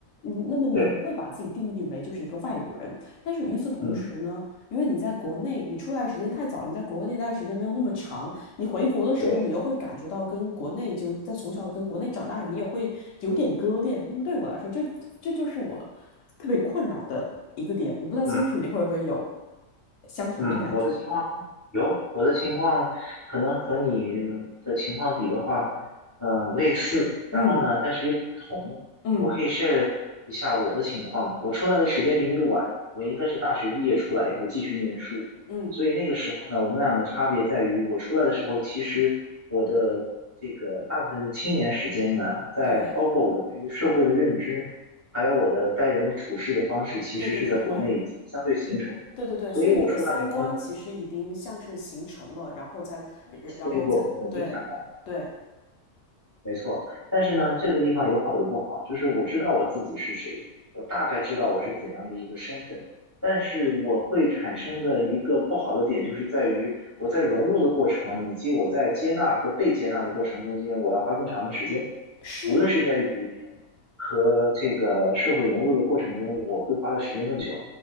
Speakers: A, on the left; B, on the left.
A: 嗯，那么你不会把自己定义为就是一个外国人，
B: 对
A: 但是与此同时呢，
B: 嗯
A: 因为你在国内，你出来的时间太早了，你在国内待的时间没有那么长，你回国的时候，
B: 对，
A: 你又会感觉到跟国内就是在从小跟国内长大的人你也会有点割裂。那么对我来说，这这就是我特别困扰的一个点。我不太清楚你会不会有
B: 嗯
A: 相同的感觉。
B: 嗯，我的情况有，我的情况可能和你的情况比的话，呃，类似，然后呢，
A: 嗯
B: 但是又不同。
A: 嗯
B: 我可以 share 一下我的情况。我出来的时间比你晚，我应该是大学毕业出来以后继续念书，
A: 嗯，
B: 所以那个时候呢，我们俩的差别在于，我出来的时候，其实我的这个大部分的青年时间呢，在包括我对于社会的认知，
A: 对
B: 还有我的待人处事的方式，其实是在国内已经相对形成。
A: 对对对对对对对对，
B: 所以我出来以后呢，
A: 所以你的三观其实已经像是形成了，
B: 我
A: 然后再
B: 是
A: 然后再对对
B: stable 稳定下来，没错。但是呢，这个地方有好有不好，就是我知道我自己是谁，我大概知道我是怎样的一个身份，但是我会产生的一个不好的点，就是在于我在融入的过程，以及我在接纳和被接纳的过程中间，我要花更长的时间。
A: 是。
B: 无论是在语言和这个社会融入的过程中，我会花的时间更久，